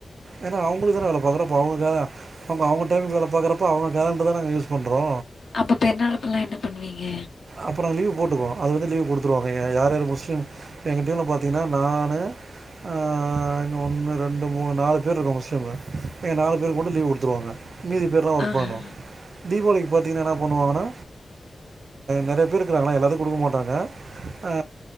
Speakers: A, on the right; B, on the left.
A: ஏனா அவுங்களுக்கு தான வேல பாக்றோ அவுங்கதா நம்ப அவுங்க டைமிக்கு வேலபாக்கறப்ப அவுங்க கேலண்டர் தான நாங்க யூஸ் பண்றோ
B: அப்ப பெருநாள்க்கு எல்லா என்ன பண்வீங்க
A: அப்ப நா லீவு போட்டுப்போ அது வந்து லீவ் கொடுத்துருவாங்க யார் யார் முஸ்லிம் எங்க டீம்ல பாத்தீங்னா நானு ஆ ஒன்னு ரெண்டு மூணு நாலு பேர் இருக்கோ முஸ்லீமு எங்க நாலு பேர்க்கு மட்டு லீவ் கொடுத்துருவாங்க மீதி பேர்லா ஒர்க்
B: ஆஹா
A: பண்ணணு தீபாவளிக்கு பாத்திங்னா என்ன பண்ணுவாங்னா நெறைய பேர் இருக்கிறாங்னா எல்லாருக்கு கொடுக்க மாட்டாங்க ஆ